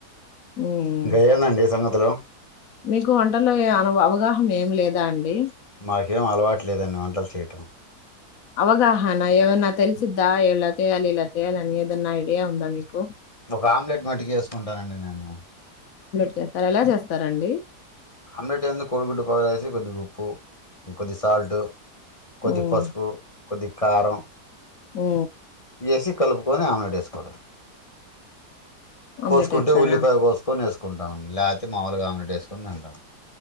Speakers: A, on the left (about 60°); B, on the left (about 20°).
A: మ్మ్.
B: ఇంకా ఏమండి సంగ హాలో
A: మీకు వంటలో ఏ అను అవగాహన ఏమి లేదా అండి
B: నాకేం అలవాటు లేదండి వంటలు చేయటం
A: అవగాహానా ఎవన్నా తెలిసిద్దా ఇలా చేయాలి అలా చేయాలి అని ఏదన్నా ఇడియా ఉంద మీకు
B: ఒక ఆమ్లెట్ మటుకి వేసుకుంటానండి నేను
A: ఆది ఎలా చేస్తారండి
B: ఆమ్లెట్ ఏందో కోడిగుడ్డు పగల వేసి కొద్ది ఉప్పు ఇంకొద్ది సాల్ట్ కొద్దిగ
A: మ్మ్.
B: పసుపు కొద్దిగ కారం
A: ఉ
B: వేసి కలుపుకొని ఆమ్లెట్ వేసుకోవుడు
A: ఆమ్లెట్
B: కోసుకుంటే
A: వేస్తారా
B: ఉల్లిపాయ కోసుకొని వేసు కుంటాం లేతే మాములుగా ఆమ్లేట్ వేసుకుని తింటాం